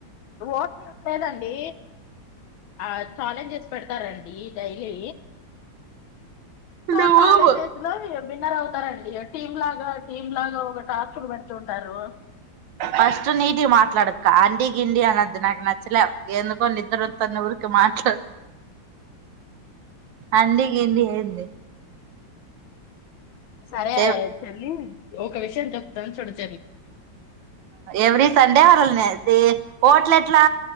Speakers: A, on the left (about 85°); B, on the right (about 75°).
A: ఓట్లు లేదండి ఆ ఛాలెంజెస్ పెడతారండి డైలీ సో
B: నువ్వు
A: చాలెంజెస్ లో విన్నర్ అవు స్తారండి టీం లాగా టీం లాగా ఒక టాస్క్ లు పెడుతుంటారు
B: ఫస్ట్ నీటిగ మాట్లాడక్క అండీ గిండీ అనద్దు నాకు నచ్చలా ఎందుకో నిద్రొత్త ని ఊరికే మాట్లాడు అండి గిండి ఏంది
A: సరే అ
B: ఎవ్
A: యే చెల్లి ఒక విషయం చెప్తాను చూడ <unintelligible>
B: ఎవ్రీ సండే <unintelligible> ఓట్ల్ ఎట్లా